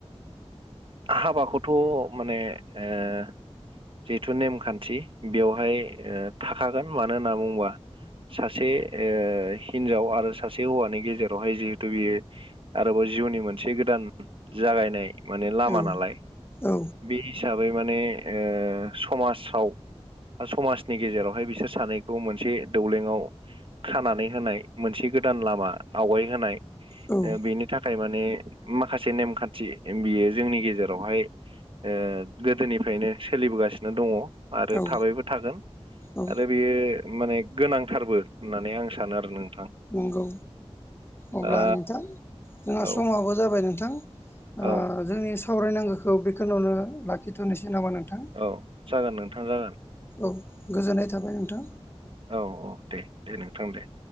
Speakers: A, on the right; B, on the left.
A: हाबाखौथ' माने ओ जिहेथु नेमखान्थि बेवहाय ओ थाखागोन मानो होनना बुङोबा सासे ओ हिनजाव आरो सासे हौवानि गेजे रावहाय जिहेतु बियो आरोबाव जिउनि मोनसे गोदान जागायनाय माने लामा
B: औ
A: नालाय
B: औ
A: बे हिसाबै माने ओ समाजाव समाजनि गेजेरावहाय बिसोर सानैखौ मोनसे दौलङाव खानानै होनाय मोनसे गोदान लामा आवगाय होनाय
B: औ
A: ओ बेनि थाखाय माने माखासे नेमखान्थि बियो जोंनि गेजेरावहाय ओ गोदोनिफ्रायनो सोलिबोगासिनो दङ आरो
B: औ
A: थाबायबो थागोन
B: औ
A: आरो बेयो माने गोनांथारबो होननानै आं सानो आरो नोंथां
B: नंगौ अब्ला
A: दा
B: नोंथां जोंहा
A: औ
B: समाबो जाबाय नोंथां ओ
A: औ
B: जोंनि सावरायनांगोखो बेखिनावनो लाखिथ'नोसै नामा नोंथां
A: औ जागोन नोंथां जागोन
B: औ गोजोननाय थाबाय नोंथां
A: औ औ दे दे नोंथां दै।